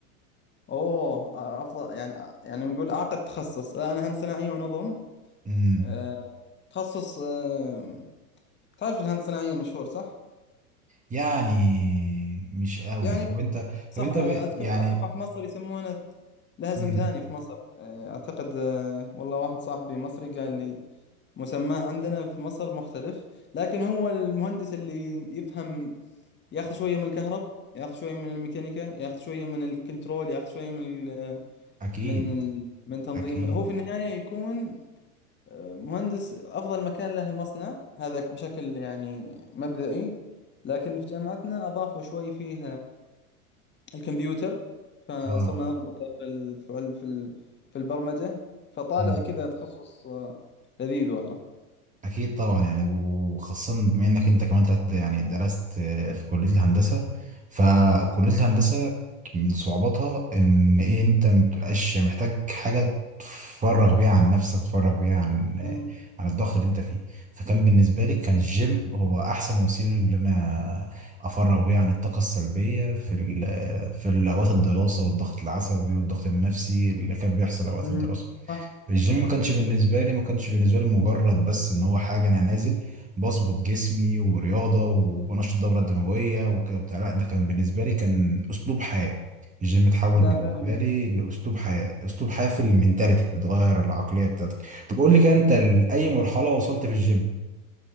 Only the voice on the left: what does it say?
اوه آه، افضل يعني آه، يعني نقول اعقد تخصص لا، انا هندسة صناعية ونظم
آه، تخصص آه، تعرف الهندسة الصناعية المشهور صح؟
يعني
صح
آه،
أتوقع
أتوقع في مصر يسمونه لها اسم
ثاني في مصر آه، أعتقد آه، والله واحد صاحبي مصري قال لي مسماه عندنا في مصر مختلف لكن هو المهندس اللي يفهم ياخذ شوية من الكهرب ياخذ شوية من الميكانيكا ياخذ شوية من الكنترول ياخذ شوية من ال
من ال من تنظيم
هو في النهاية يكون آه، مهندس أفضل مكان له المصنع هذا بشكل يعني مبدئي لكن في جامعتنا أضافوا شوي فيه الكمبيوتر فصرنا
نربطه في ال... في ال... في ال... في البرمجة فطالع
كذا تخصص آه، لذيذ والله
مم.
مم.
صح
صح
لا
فعلا